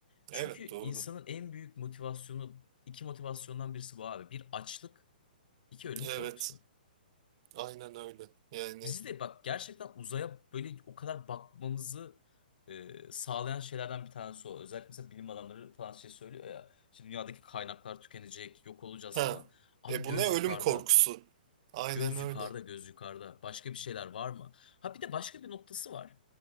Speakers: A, on the left; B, on the right.
A: Çünkü
B: Evet,
A: insanın
B: doğru.
A: en büyük motivasyonu iki motivasyondan birisi bu abi. Bir açlık, iki ölüm
B: Evet,
A: korkusu.
B: aynen öyle. Yani
A: Bizi de bak gerçekten uzaya böyle o kadar bakmamızı e, sağlayan şeylerden bir tanesi o. Özellikle mesela bilim adamları falan şey söylüyor ya. Şimdi dünyadaki kaynaklar tükenecek, yok olacağız
B: ha,
A: falan. Abi
B: e
A: göz
B: bu ne ölüm
A: yukarıda.
B: korkusu? Aynen
A: Göz
B: öyle.
A: yukarıda, göz yukarıda. Başka bir şeyler var mı? Ha bir de başka bir noktası var.